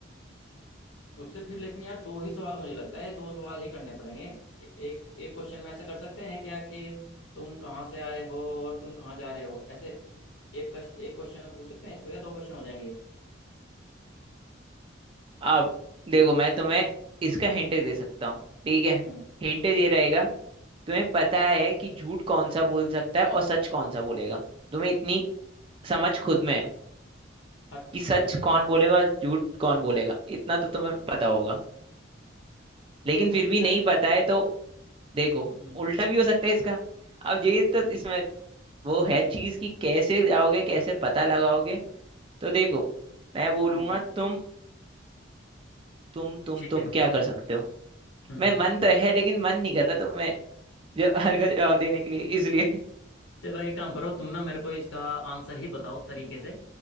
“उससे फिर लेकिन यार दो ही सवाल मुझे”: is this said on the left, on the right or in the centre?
Left